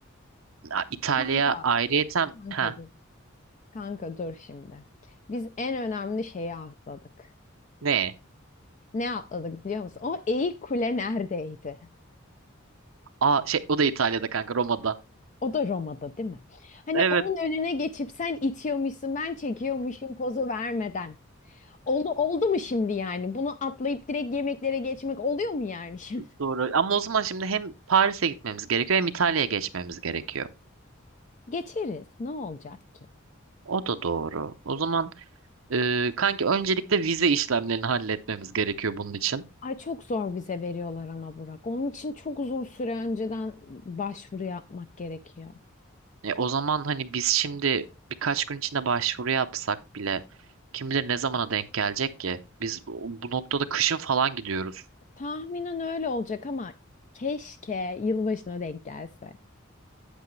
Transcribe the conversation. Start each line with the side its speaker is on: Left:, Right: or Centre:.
Right: Ya İtalya
Left: Kanka.
Right: ayrıyeten
Left: Kanka
Right: ha
Left: dur. Kanka dur şimdi. Biz en önemli şeyi atladık.
Right: ne?
Left: Ne atladık biliyor musun? O eğik kule neredeydi?
Right: Aa şey o da İtalya'da kanka Roma'da.
Left: O da Roma'da değil mi? Hani
Right: Evet
Left: onun önüne geçip sen itiyormuşsun ben çekiyormuşum pozu vermeden. Oldu, oldu mu şimdi yani? Bunu atlayıp direkt yemeklere geçmek oluyor mu yani şimdi?
Right: doğru. Ama o zaman şimdi hem Paris'e gitmemiz gerekiyor hem İtalya'ya geçmemiz gerekiyor.
Left: Geçeriz. Ne olacak ki?
Right: O da doğru. O zaman e, kanki öncelikle vize işlemlerini halletmemiz gerekiyor bunun için.
Left: Ay çok zor vize veriyorlar ama Burak. Onun için çok uzun süre önceden başvuru yapmak gerekiyor.
Right: E, o zaman hani biz şimdi birkaç gün içinde başvuru yapsak bile kim bilir ne zamana denk gelecek ki? Biz bu bu noktada kışın falan gidiyoruz.
Left: Tahminen öyle olacak ama keşke yılbaşına denk gelse.